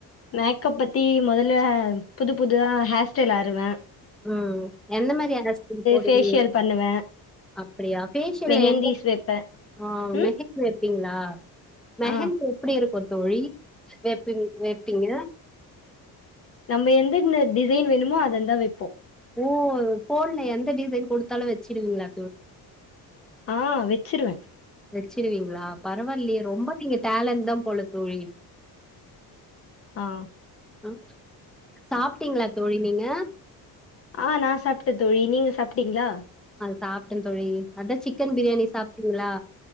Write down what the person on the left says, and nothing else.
மேக்கப் பத்தி மொதல புது புது அ ஹேர் ஸ்டைல் அறுவே
ஃபேஷியல் பண்ணுவே
மெஹந்திஸ்
வைப்பே
ம்
ஆ
நம்ம எந்தன்ன டிசைன் வேணுமோ அதந்தா வைப்போ
ஆ வெச்சிருவே
ஆஹ்
ஆ நா சாப்ட்ட தோழி நீங்க சாப் டிங்ளா